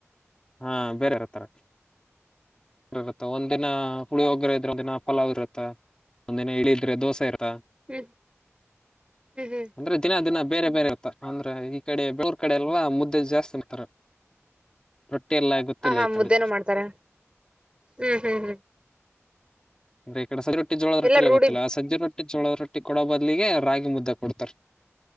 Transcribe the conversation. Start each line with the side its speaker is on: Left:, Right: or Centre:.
Left: ಹಾ ಬೇರೆಾರ ತರ ಇತ್ತ ಒಂದ ದಿನ ಹುಳಿ ಒಗ್ರ ಇದ್ರೆ ಒಂದ ದಿನ ಪಲಾವ್ ಇರುತ್ತ ಒಂದ್ನ ಹೇಳಳಿದ್ರೆ ದೋಸೆ ಇರ
Right: ಹ್ಮ್ ಹ್ಮ್ ಹ್ಮ್
Left: ಅಂದ್ರೆ ದಿನ ದಿನ ಬೇರೆ ಬೇರೆ ಇತ್ತ ಅಂದ್ರೆ ಈ ಕಡೆ ಬೆಳವರ್ ಕಡೆ ಅಲ್ವಾ ಮುದ್ದೆ ಜಾಸ್ತಿ ಅಂತಾರೆ ರೊಟ್ಟಿ ಎಲ್ಲ ಗೊತ್ತಿಲ್ಲ
Right: ಹ ಹಾ
Left: ಈ ಕಡೆ
Right: ಮುದ್ದೆನು ಮಾಡ್ತಾರ ಹ್ಮ್ ಹ್ಮ್ ಹ್ಮ್
Left: ಅಂದೆ ಈ ಕಡೆ ಸಜ ರೊಟ್ಟ ಜೋಳದ ರೊೆಲ್ಲ
Right: ಎಲ್ಲ ರೂಢಿ
Left: ಗೊತ್ತಿಲ್ಲ ಆ ಸಂಜೆ ರೊಿ ಜೋಳದ ರೊೆ ಟ್ಟಿ ಕೊಡೋ ಬದ್ಲಿಗೆ ರಾಗಿ ಮುದ್ದ ಕೊಡ್ತಾರ